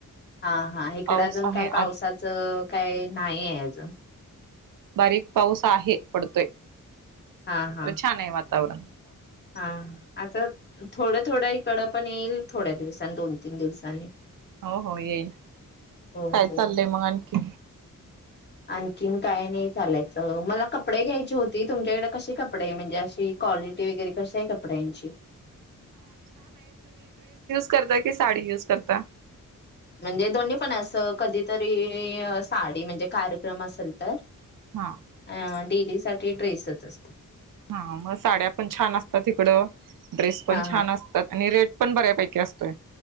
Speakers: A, on the left; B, on the right.
A: हा हा इकडे
B: पाऊस
A: अजून
B: आहे
A: काय
B: आज
A: पावसाचं काही नाही आहे अजून
B: बारीक पाऊस आहे पडतोय.
A: हा हा
B: अ छान आहे वात तेवढं
A: हा आता थोडं थोडं इकडं पण येईल थोड्या दिवसांनी दोन तीन दिवसांनी
B: हो हो येईल.
A: हो
B: काय
A: हो
B: चाललंय मग आणखी?
A: आणखीन काय नाही चालायचं मला कपडे घ्यायचे होते. तुमच्याकडे कसे कपडे आहे म्हणजे अशी क्वालिटी वगैरे कसे आहे कपड्यांची?
B: कुर्ता की साडी युज करता?
A: म्हणजे दोन्ही पण असं कधीतरी साडी म्हणजे कार्यक्रम असेल तर
B: हा.
A: अ डेली साठी ड्रेसच असतं
B: हा मग साड्या पण छान असतात इकडं ड्रेस पण
A: हा
B: छान
A: हा
B: असतात आणि रेट पण बऱ्यापैकी असतोय